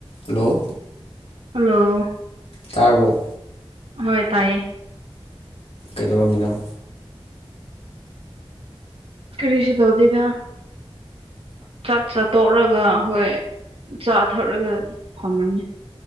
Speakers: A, on the left; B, on the right.
A: ꯍꯜꯂꯣ꯫
B: ꯍꯜꯂꯣ꯫
A: ꯇꯥꯔꯕ‌ꫭ꯫
B: ꯍꯣꯏ ꯇꯥꯏꯌꯦ꯫
A: ꯀꯩꯗꯧꯔꯝꯃꯤꯅꯣ꯫
B: ꯀꯔꯤꯁꯨ ꯇꯧꯗꯦꯗ ꯆꯥꯛ ꯆꯥꯠꯇꯣꯛꯔꯒ꯫ ꯍꯣꯏ ꯆꯥ ꯊꯛꯔꯒ ꯐꯝꯔꯝꯃꯤ꯫